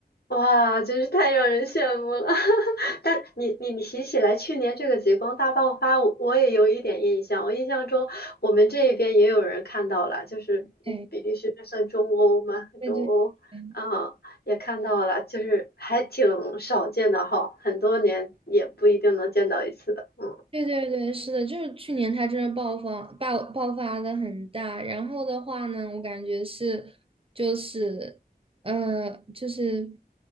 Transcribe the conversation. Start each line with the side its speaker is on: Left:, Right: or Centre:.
Left: 哇，真是太让人羡慕了！<laughs> 但你你你提起来去年这个极光大爆发，我我也有一点印象。我印象中我们这边也有人看到了，就是嗯比利时这算中欧吗？
Right: 对对对，
Left: 中欧，
Right: 对
Left: 嗯，也看到了，就是还挺少见的哈，很多年也不一定能见到一次的。嗯。
Right: 对对对，是的，就是去年它真的爆发爆爆发的很大，然后的话呢，我感觉是就是呃就是，